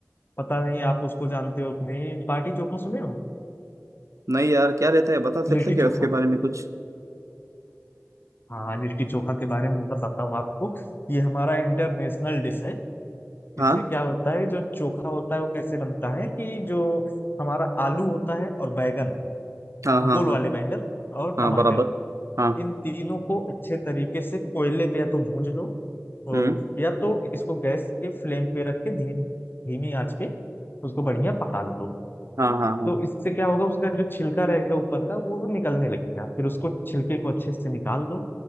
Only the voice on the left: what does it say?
पता नहीं आप उसको जानते हो कि नहीं बाटी चोखा सुने हो
लिट्टी
चोखा
हाँ लिट्टी चोखा के बारे में बताता हूँ आपको ये हमारा इंटरनेशनल डिश है
इसमें क्या होता है जो चोखा होता है वो कैसे बनता है कि जो हमारा आलू होता है और बैगन
गोल
वाले बैंगन और
टमाटर
इन तीनों को अच्छे तरीके से कोयले पे या तो भूंज लो ओ,
या तो इसको गैस के फ्लेम पे रख के धीम धीमी आंच पे उसको बढ़िया पका लो
तो इससे क्या होगा उसका जो छिलका रहेगा ऊपर का वो निकलने लगेगा फिर उसको छिलके को अच्छे से निकाल दो